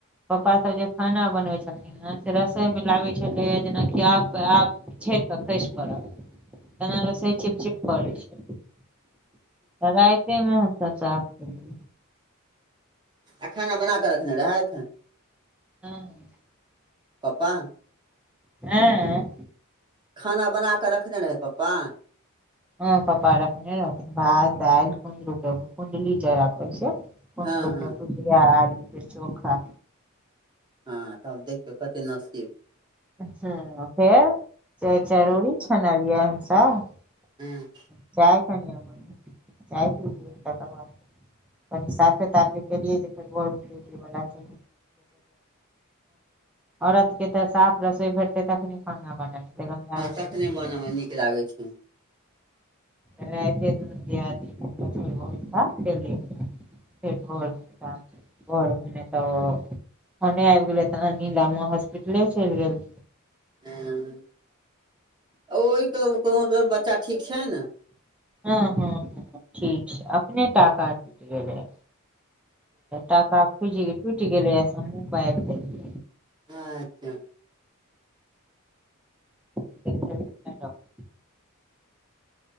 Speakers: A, in the centre; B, on the right.
A: पप्पा सब जे खाना बनबै छलखिन हैन, से रसोई में लागै छलैया जेनाकि आब-आब छैप कऽ खैइस पड़ब, तेना रसोई चीप चिप करै छै, त राइते में हम सब साफ केलियै।
B: आ खाना बना कऽ रखने रहैथ?
A: हँ।
B: पप्पां
A: ऐंऽ?
B: खाना बना कऽ रखने रहैथ पप्पा?
A: हँ पप्पा रखने रहथिन, भात, दाइल कुंदरू के भु-कुंडली जकरा कहे छियै। कुन्दरु
B: हँ हँ
A: के भुजिया आ आलू चोखा।
B: हँ तब देखियौ कते नसीब
A: अच्छा फेर, चाय-चरौरी छनलियै हमसब
B: हूँम्म।
A: चाय <unintelligible> चाय पी <unintelligible> कनी साफे ताफे केलियै जे फेर घऽर में ड्युटी बला त औरत के त साफ रसोइ भेटतै तखने। खाना बनैल हेतै गंगा रहतै
B: तखने बनऽ मे नीक लागै छैय।
A: राइते दुनु दियादनी कुछ-कुछ भोरका करि लय छी। फेर भोर मे साफ भोर में त फोने आबि गेले तहन नीला माए हॉस्पिटले चलि गेल
B: ह ओहि कहु त बच्चा ठीक छै ने।
A: हँ- ह -ह ठीक छैय अपने टाका टूट गेलै। टाका खुजीके टूटि गेलै अ मुह बाइब देलकैय।
B: अच्छा।
A: <inaudible>